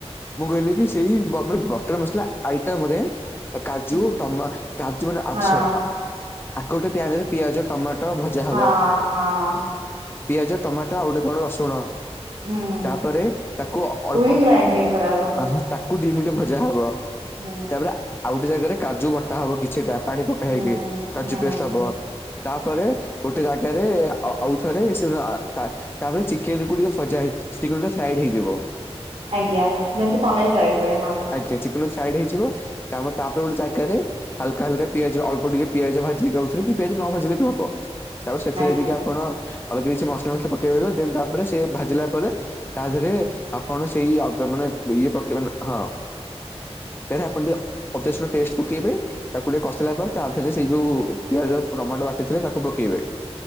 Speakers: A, on the left; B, on the right.
A: ମୁଁ କହିଲି କି ସେଇ ବ ମାନେ ବ ଟର ମସଲା ଆଇଟମ ରେ କାଜୁ
B: ହୁଁ
A: ଟମା କାଜୁ ମାନେ ଆବ୍
B: ହଁ
A: ସୋ ଆଗ ଗୋଟେ ପିଆନରେ ପିଆଜ ଟମାଟୋ ଭଜା ହବ।
B: ହଁ ହଁ।
A: ପିଆଜ ଟମାଟୋ ଆଉ ଗୋଟେ କଣ ରସୁଣ।
B: ହୁଁ
A: ତାପରେ ତାକୁ ଅଳ୍ପ
B: ହିଁ ଗ୍ରାଇଣ୍ଡିଙ୍ଗ କରାହବ
A: ହଁ ତାକୁ ଦି ମିନିଟ ଭଜା ହବ।
B: ହୁଁ।
A: ତାପରେ ଆଉ ଗୋଟେ ଜାଗାରେ କାଜୁ ବଟା ହବ କିଛିଟା ପାଣି ପକା
B: ହୁଁ
A: ହେଇକି କାଜୁ
B: ହୁଁ
A: ପେଷ୍ଟ ହବ। ତାପରେ ଗୋଟେ ଜା ଗାରେ ଆ-ଆଉଥରେ ଶୁଣ ତା-ତାପରେ ଚିକେନ୍ କୁ ଟିକେ ଭଜା ହେଇେ ଚିକେନ୍ କୁ ଟିକେ ଫ୍ରାଏଡ ହେଇଯିବ।
B: ଆଜ୍ଞା ଯେମତି ପନିର୍ ଫ୍ରାଇଡ୍ ହୁଏ ହଁ।
A: ଆଜ୍ଞା ଚିକେନକୁ ଫ୍ରାଇଡ ହେଇଯିବ ତାପରେ ତାପରେ ଗୋଟେ ଜାଗାରେ ହାଲକା ହାଲକା ପିଆଜ ଅଳ୍ପ ଟିକେ ପିଆଜ ଭାଜି କି ଆଉଥରେ କି ପିଆଜ ନ ଭାଜିଲେ ବି ହବ ତାପରେ ସେଥିରେ
B: ଆଜ୍ଞା
A: ଟିକେ ଆପଣ ଅଲଗା କିଛି ମସ ଲା ମସଲି ପକେଇ‌ପାରିବ ଦେନ ତାପରେ ସେ ଭାଜିଲା ପରେ ତା ଦେହରେ ଆପଣ ସେଇ ଅ-ମାନେ ଇଏ ପ କେଇବନ ହଁ। ତାହଲେ ଆପଣ ଟିକେ ଅଦା ସୁଣ ପେଷ୍ଟ ପକେଇବେ ତାକୁ ଟିକେ କଷିଲା ପରେ ତା ଧୀଅରେ ସେଇ ଯୋଉ ପିଆଜ ଟମାଟୋ ବାଟିଥିଲେ ତାକୁ ପକେଇବେ